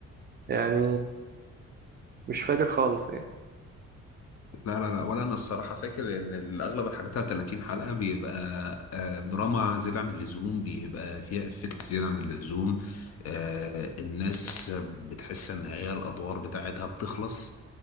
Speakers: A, on the right; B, on the left.
A: يعني مش فاكر خالص يعني
B: لا لا لا ولا انا الصراحه فاكر ان اغلب الحاجات على 30 حلقه بيبقى آه، دراما زياده عن اللزوم بيبقى فيها افكت زياده عن اللزوم آه، الناس بتحس ان هي الادوار بتاعتها بتخلص